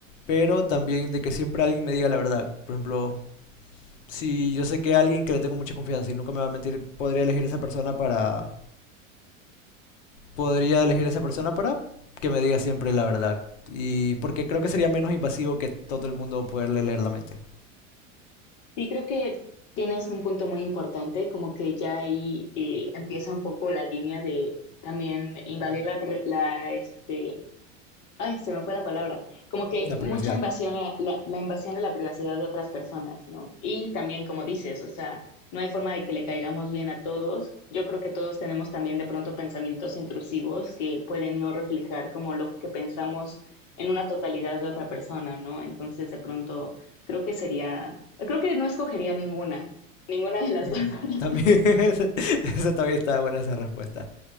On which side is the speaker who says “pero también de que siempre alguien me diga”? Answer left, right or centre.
Left